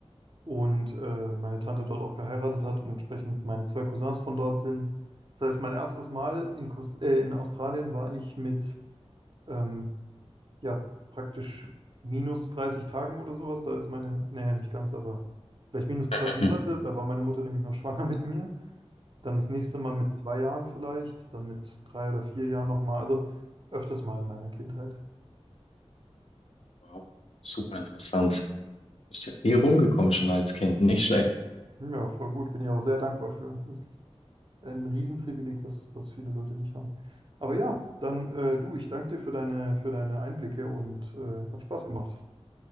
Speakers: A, on the right; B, on the left.
A: und äh, meine Tante dort auch geheiratet hat und entsprechend meine zwei Cousins von dort sind. Das heißt, mein erstes Mal in, Kos äh, in Australien war ich mit ähm, ja praktisch minus 30 Tagen oder sowas. Da ist meine, naja, nicht ganz, aber vielleicht minus
B: Mhm.
A: zwei Monate. Da war meine Mutter nämlich noch schwanger mit mir. Dann das nächste Mal mit zwei Jahren vielleicht, dann mit drei oder vier Jahren nochmal. Also öfters mal in meiner Kindheit.
B: Wow, super interessant. Bist ja viel rumgekommen schon als Kind, nicht schlecht.
A: Ja, voll gut. Bin ich auch sehr dankbar für. Das ist ein Riesenprivileg, was, was viele Leute nicht haben. Aber ja, dann äh, du, ich danke dir für deine, für deine Einblicke und äh, hat Spaß gemacht.